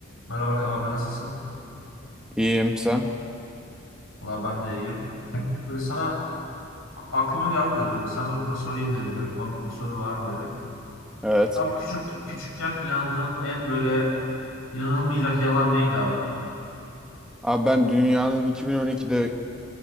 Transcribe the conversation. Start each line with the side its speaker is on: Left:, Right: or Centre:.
Left: Merhaba abi nasılsın?
Centre: İyiyim sen.
Left: Valla ben de iyiyim. Böyle sana aklıma geldi de böyle sana da sorayım dedim böyle komik bir soru var böyle.
Centre: Evet.
Left: Abi küçük küçükken inandığın en böyle inanılmayacak yalan neydi abi?
Centre: Abi ben dünyanın 2012'de